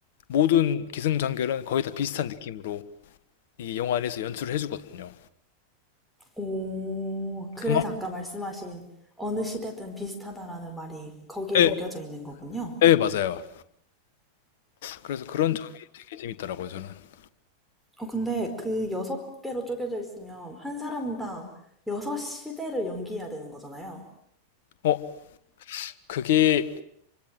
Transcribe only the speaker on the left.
모든 기승전결은 거의 다 비슷한 느낌으로 이 영화 안에서 연출을 해 주거든요.
그만
예
네, 맞아요. 그래서 그런 점이 되게 재밌더라고요, 저는.
어, 그게,